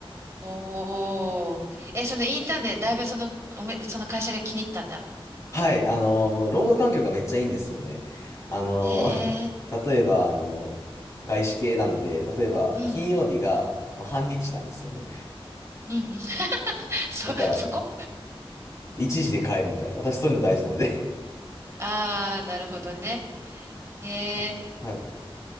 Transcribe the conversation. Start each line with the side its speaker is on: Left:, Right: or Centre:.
Right: おー。え、そのインターンでだいぶその、おめ、その会社が気に入ったんだ。
Left: はい、あの、もう労働環境がめっちゃいいんですよね。あの、
Right: へえ。
Left: <laughs> 例えば、あの、外資系なので、例えば、
Right: うん。
Left: 金曜日がもう半日なんですよね。
Right: うんうん。<laughs> そ、
Left: だから、
Right: そこ
Left: 一時で帰るみたいな。私、そういうの大事なんで。
Right: ああー、なるほどね。へえ。
Left: <laughs> あと、はい。